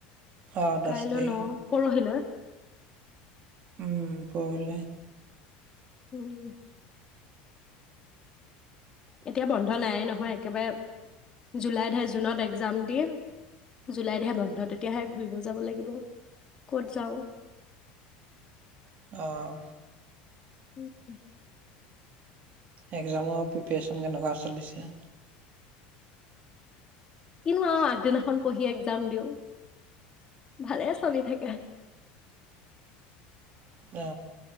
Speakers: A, on the right (about 35°); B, on the left (about 20°).
A: অ', দহ
B: কাইলৈ
A: তাৰিখে
B: ন পৰহিলৈ?
A: উম পৰহিলে।
B: উম। এতিয়া বন্ধ নাইয়ে নহয়, একেবাৰে জুলাইতহে জুনত একজাম দিম, জুলাইতহে বন্ধ তেতিয়াহে ঘূৰিব যাব লাগিব ক'ত যাওঁ।
A: অহ।
B: উম।
A: একজামৰ প্ৰিপেৰেচন কেনেকুৱা চলিছে?
B: কিনো আৰু আগদিনাখন পঢ়ি একজাম দিওঁ ভালে চলি থাকে।
A: অ।